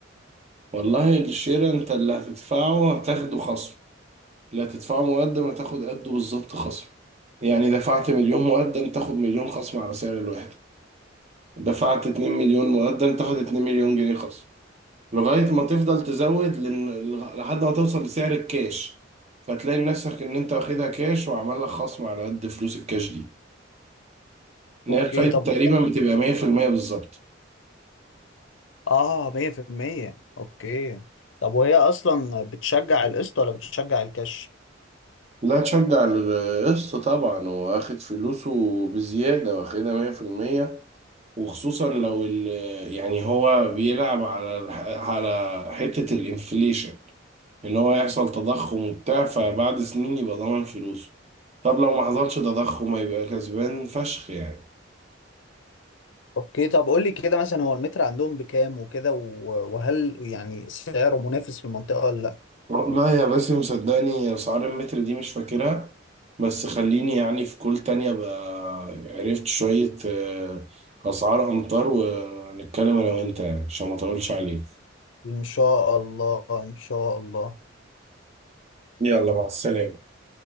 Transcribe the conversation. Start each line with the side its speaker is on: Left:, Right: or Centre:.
Right: والله الشير انت اللي هتدفعه هتاخده خصم لا تدفعه مقدم هتاخد قده بالظبط خصم يعني دفعت مليون مقدم تاخد مليون خصم على سعر الواحد دفعت 2 مليون مقدم تاخد 2 مليون جنيه خصم لغاية ما تفضل تزود لن... لحد ما توصل لسعر الكاش فتلاقي نفسك إن أنت واخدها كاش وعمل لك خصم على قد فلوس الكاش دي إن
Left: اوكي
Right: هي الفايدة
Left: طب
Right: تقريبا بتبقى 100% بالظبط
Left: اه 100% اوكي طب وهي اصلا بتشجع القسط ولا بتشجع الكاش
Right: لا تشجع القسط طبعا هو واخد فلوسه بزيادة واخدها 100% وخصوصا لو ال يعني هو بيلعب على الح- على حتة الانفليشن ان هو يحصل تضخم وبتاع فبعد سنين يبقى ضامن فلوسه طب لو ما حصلش تضخم هيبقى كسبان فشخ يعني
Left: اوكي طب قول لي كده مثلا هو المتر عندهم بكام وكده و- وهل يعني سعره منافس في المنطقة ولا لا
Right: لا يا باسم صدقني اسعار المتر دي مش فاكرها بس خليني يعني في كل تانية بقى عرفت شوية آه، اسعار امتار ونتكلم انا وانت يعني عشان ما اطولش عليك
Left: ان شاء الله ان شاء الله
Right: يلا مع السلامة